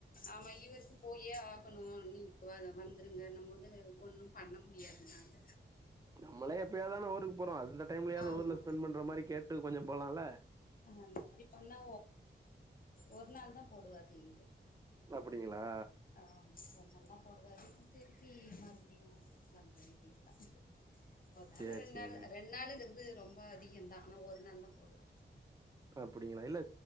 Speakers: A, on the left (about 45°); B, on the right (about 20°).
A: ஆமா இவருக்கு போயே க்கு ஆமா இவருக்கு போயே ஆகணு நீங்க வந்துருங்க இன்னும் போது ஒண்ணு பண்ண முடியாது நாங்க
B: நம்மளே எப்பயாது தான ஊருக்கு போறோ அந்த டைம்லயாவ்து
A: ஆமா
B: ஊர்ல ஸ்பெண்ட் பண்ற மாறி கேட்டு கொஞ்சோ போலால்ல
A: அ அந்த மாறி பண்ணா ஒரு நாள் தா போடுவாரு லீவு
B: அப்புடிங்களா
A: ஆம்மா‌ஒரு நாள் தா போடுவாரு திருப்பி மறுபடியு வந்துற வேண்டி த் ஒரு நாள்
B: சரி,
A: ரெண்
B: சரிங்க.
A: நாள் ரெண் நாளுங்கிறது ரொம்ப அதிகந்தா ஆனா ஒரு நாள் தா போடுவாரு
B: அப்டிங்களா இல்ல